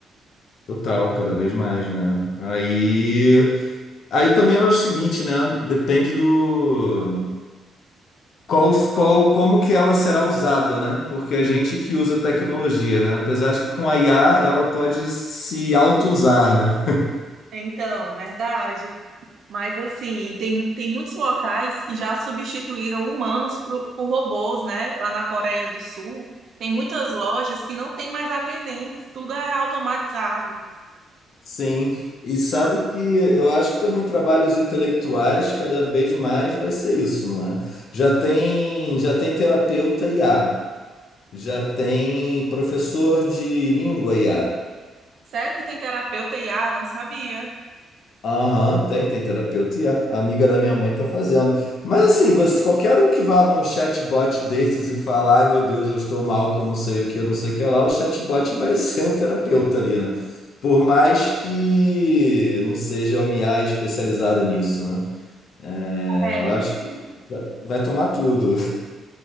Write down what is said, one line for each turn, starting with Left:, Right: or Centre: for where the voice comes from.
Left: Total, cada vez mais, né? Aí, aí também eu acho o seguinte, né? Depende do qual, qual, como que ela será usada, né? Porque a gente que usa tecnologia, né? Apesar de que com a IA ela pode se auto-usar, né?
Right: É, Então, verdade. Mas assim, tem, tem muitos locais que já substituíram humanos pro- por, robôs, né? Lá na Coreia do Sul, tem muitas lojas que não tem mais atendentes, tudo é automatizado.
Left: Sim. E sabe que eu acho que também trabalhos intelectuais cada vez mais vai ser isso, não é? Já tem, já tem terapeuta IA, já tem professor de língua IA.
Right: Sério que tem terapeuta IA? Não sabia.
Left: Aham, tem, tem terapeuta e a a amiga da minha mãe tá fazendo. Mas assim, você, qualquer um que vá num chatbot desses e falar, ai meu Deus, eu estou mal que eu não sei o que, eu não sei o que lá, o chatbot vai <laughs> ser um terapeuta ali, né? Por mais que não seja uma IA especializada nisso, né? É,
Right: É.
Left: eu acho que vai tomar tudo.